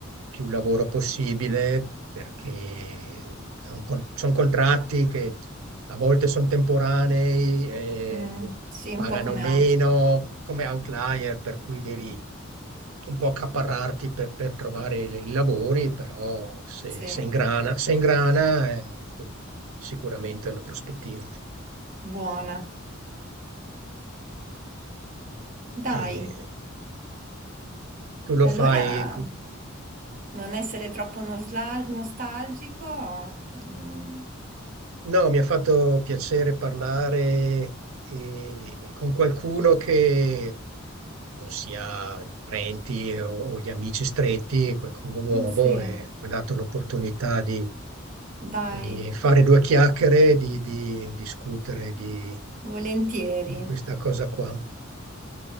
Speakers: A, on the right (about 80°); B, on the right (about 40°).
A: più lavoro possibile perché sono contratti che a volte sono temporanei, e
B: mm, sì,
A: pagano
B: un po' come
A: meno
B: out.
A: come outlier, per cui devi
B: Mm,
A: un po' accaparrarti per, per trovare i lavori, però se,
B: Sì,
A: se ingrana, se ingrana è sicuramente una prospettiva.
B: buona. Dai,
A: E tu lo
B: allora
A: fai,
B: non essere troppo nosla- nostalgico. mm,
A: No, mi ha fatto piacere parlare eh, con qualcuno che non sia i parenti o, o gli amici stretti, qualcuno nuovo,
B: sì,
A: e mi ha dato l'opportunità di,
B: dai,
A: di fare due chiacchiere, di, di discutere di,
B: volentieri.
A: di questa cosa qua.